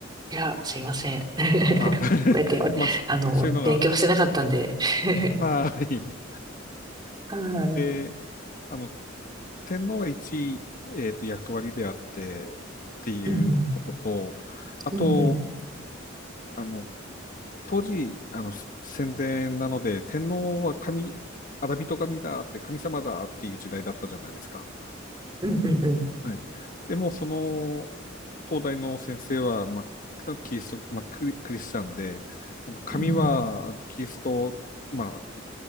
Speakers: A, on the right; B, on the left.
A: いや、すいません。<laughs> 覚えて、
B: あ、<laughs>
A: おあの、
B: まあ、そそういうのが、
A: 勉強してなかったんで。<laughs>
B: はい。
A: はい。うん
B: で、あの、天皇が一位、えっと、役割であってっていうことと、
A: うん。
B: あと、
A: うんうん。
B: あの、当時、あの、戦前なので、天皇は神、アラビト神だって、神様だっていう時代だったじゃないですか。
A: うんうんうん。
B: はい。でも、その、東大の先生は、まあ、キリスト、まあ、クリ、クリスチャンで、あの神は、
A: うん
B: あのキリスト、まあ、